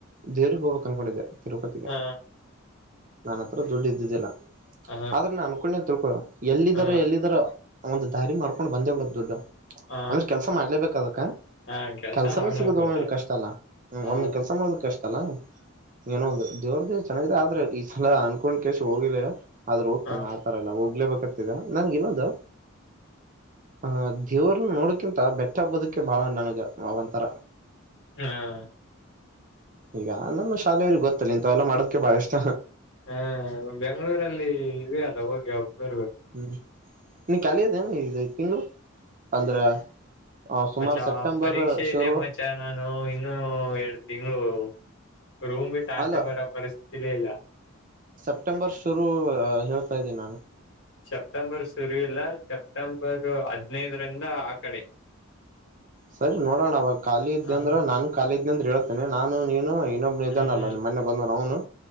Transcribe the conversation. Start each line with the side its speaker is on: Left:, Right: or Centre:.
Right: ದೇವರಿಗೆ ಹೋಗಬೇಕು ಅನ್ಕೊಂಡಿದ್ದೆ ತಿರುಪತಿಗೆ.
Left: ಹ
Right: ನಾನ ಹತ್ರ ದುಡ್ಡು ಇದ್ದಿದ್ದಿಲ್ಲ
Left: ಹ
Right: ಆದ್ರೆನಾ ಅನ್ಕೊಂಡೆ ತಿಳ್ಕೊ ಎಲ್ಲಿದ್ದರ
Left: ಹ
Right: ಎಲ್ಲಿದರ. ಒಂದು ದಾರಿ ಮಾಡ್ಕೊಂಡು ಬಂದೆಬಿಡ್ತು ದುಡ್ಡು.
Left: ಹ
Right: ಅಂದ್ರೆ ಕೆಲ್ಸ ಮಾಡ್ಲೇಬೇಕ ಅದಕ್ಕ
Left: ಹಾ ಕೆಲ್ಸ
Right: ಕೆಲ್ಸನೂ
Left: ಮಾಡಾಗುತ್ತೆ
Right: ಸಿಗುದ ಒಮ್ಮ್ರ ಕಷ್ಟ ಅಲ್ಲ
Left: ಹ
Right: ಒಮ್ಮಿ ಕೆಲ್ಸ. ಕಷ್ಟ ಅಲ್ಲ ಏನೊ ಒಂದು ದೇವ್ರ ದೇವ ಚೆನ್ನಾಗಿದೆ ಆದ್ರೆ ಈ ಸಲ ಅನ್ಕೊಂಡ್ ಕೆಸ ಹೋಗಿಲ್ಲ. ಆದ್ರೂ ಹೋಗ್ತೇನ
Left: ಹ
Right: ಆತರ ಎಲ್ಲ ಹೋಗ್ಲೇಬೇಕತದ ನನ್ಗೆ ಇನ್ನೊಂದು. ಹ ದೇವ್ರನ್ನ ನೋಡಕಿಂತ ಬೆಟ್ಟ ಹಬ್ಬದಕ್ಕೆ ಬಾಳ ನನಗ ಒಂತರ.
Left: ಹಾಂ
Right: ಈಗ ನಮ್ಮ ಶಾಲೆಯವ್ರರಿಗೆ ಗೊತ್ತಲ್ಲ ಇಂತಥವೆಲ್ಲಾ ಮಾಡೋದೆ ಬಾಳ ಇಷ್ಟ.
Left: ಹಾ ಬೆಂಗಳೂರಲ್ಲಿ ಇದೆ ಅಲ್ಲ ಹೋಗಿ ಬರಬೇಕು.
Right: ಹ್ಮ್ ನಿಮ್ಮ ಖಾಲಿಯಿದೆನು ಈ ತಿಂಗಗಳು ಅಂದ್ರ. ಹಾ ಸುಮಾರು
Left: ಮಚ್ಚಾ
Right: ಸೆಪ್ಟೆಂಬರ್
Left: ಪರೀಕ್ಷೆ
Right: ಶುರು.
Left: ಇದೆ ಮಚ್ಚಾ ನಾನು ಇನ್ನು ಎರಡು ತಿಂಗಳು ರೂಮ್ ಬಿಟ್ಟ ಆಚೆ
Right: ಅಲ್ಲ
Left: ಬರ. ಪರಿಸ್ಥಿತಿ ಅಲ್ಲೇ ಇಲ್ಲ.
Right: ಸೆಪ್ಟೆಂಬರ್ ಶುರು ಹೇಳ್ತಾ ಇದ್ದೀನಿ ನಾನು.
Left: ಸೆಪ್ಟೆಂಬರ್ ಶುರು ಇಲ್ಲ ಸೆಪ್ಟೆಂಬರ್ ಹದ್ನೈದರಿಂದ ಆ ಕಡೆ.
Right: ಸರಿ ನೋಡೋಣ ಅವಾಗ ಖಾಲಿಇದ್
Left: ಹ
Right: ಅಂದ್ರೆ ನಾನು ಖಾಲಿ ಇದ್ದೆ ಅಂದ್ರೆ ಹೇಳ್ತೇನೆ ನಾನು ನೀನು ಇನ್ನೊಬ ಇದಾನಲ್ಲ
Left: ಹ್ಮ್
Right: ನಿಮ್ ಮೊನೆೆ ಬಂದನ್ನು